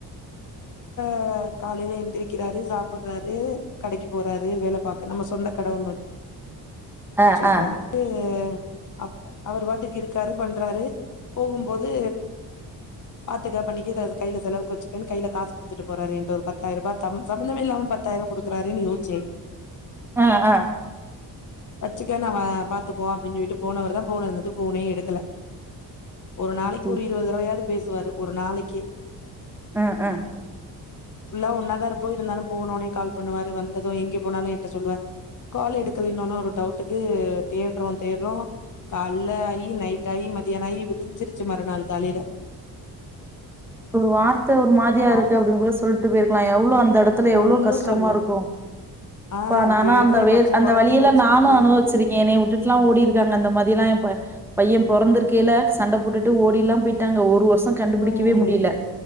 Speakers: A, on the left; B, in the centre.
A: ஆ காலைல எந்திரிக்கிறாரு சாப்புட்றாரு கடைக்கு போறாரு வேல பாக்க நம்ம சொந்த கட ஒன்னு
B: அ
A: வச்சிருக்கோ
B: அ
A: <unintelligible> அவருப்பாட்டுக்கு இருக்காரு பண்றாரு போகும்போது பாத்துக்க பண்ணிக்க இது அத கையில செலவுக்கு வச்சுக்கன்னு கையில காசு குடுத்துட்டு போறாரு என்ட்டு ஒரு பத்தாயிர ரூபா <unintelligible> சம்பந்தமே இல்லாம பத்தாயிர குடுக்குறாரேன்னு யோஸ்சேன்
B: ஆ ஆ
A: வச்சிக்க நாம பாத்துக்குவோ அப்டின்னு சொல்லிட்டு போனவர் தா போனதுலருந்து ஃபோன்னே எடுக்கல ஒரு நாளைக்கு
B: அத்தி
A: ஒரு இருபது தடவையாவது பேசுவாரு ஒரு நாளைக்கு
B: ஆ ஆ
A: ஃபுல்லா ஒன்னாதா இருப்போ இருந்தாலு போனோன்னே கால் பண்ணுவாரு வந்ததும் எங்கே போனாலு என்ட்ட சொல்லுவாரு கால் எடுக்கலைன்னோன்ன ஒரு ட்க்கு தேட்றோ தேட்றோ கால் <unintelligible> நைட்டாயி மதியானாயி விடிஞ்சிருச் ச்சு மறு நாள் காலைல
B: ஒரு வார்த்த ஒரு மாதியா இருக்கு
A: ஆ
B: அப்டின் கூட சொல் ட்டு போய்ருக்லா எவ்ளோ அன் அந்த எடத்துல எவ்ளோ
A: ஒன்னு
B: கஷ்டமா
A: சொல்லல
B: இருக்கு
A: ஆ
B: ப்பா நானு
A: தேட்றே
B: அந்த வேல்
A: பச்ச
B: அந்த
A: கொழந்தைய
B: வலியெல்லா
A: வச்சுக்கிட்டு
B: நானு அனுவவிச்சிருக்கே என்னைய விட்டுட்லா ஓடிருக்காங்க அந்த மாதிலா எ ப பைய பொறந்திருக்கில சண்ட போட்டுட்டு ஓடி எல்லாம் போய்ட்டாங்க ஒரு ஒ கண்டுபிடிக்கவே
A: ம்
B: முடில